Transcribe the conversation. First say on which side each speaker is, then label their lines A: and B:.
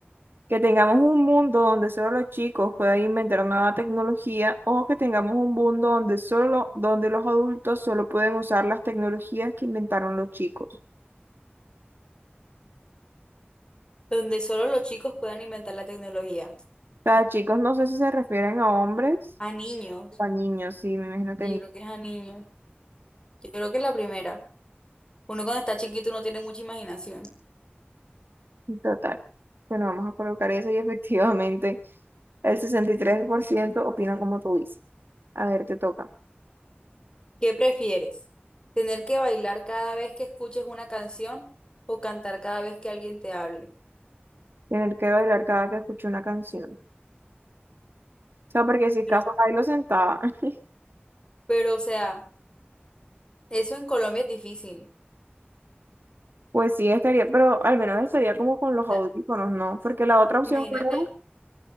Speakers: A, on the right (about 65°); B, on the left (about 20°).
A: ¿Que tengamos un mundo donde solo los chicos puedan inventar nueva tecnología o que tengamos un mundo donde solo, donde los adultos solo pueden usar las tecnologías que inventaron los chicos?
B: Donde solo los chicos puedan inventar la tecnología.
A: O sea, chicos, no sé si se refieren a hombres
B: A niños.
A: o a niños, sí, me imagino que
B: Sí,
A: niños.
B: yo creo que es a niños. Yo creo que es la primera. Uno cuando está chiquito no tiene mucha imaginación.
A: Total. Bueno, vamos a colocar eso y efectivamente el 63% opina como tú dices. A ver, te toca.
B: ¿Qué prefieres? ¿Tener que bailar cada vez que escuches una canción o cantar cada vez que alguien te hable?
A: Tener que bailar cada que escucho una canción. O sea, porque si es
B: Pero,
A: caso bailo sentada, <laughs>
B: pero, o sea, eso en Colombia es difícil.
A: pues sí estaría, pero al menos estaría como con
B: O
A: los audífonos,
B: sea,
A: ¿no? Porque la otra opción
B: imagínate
A: fuera,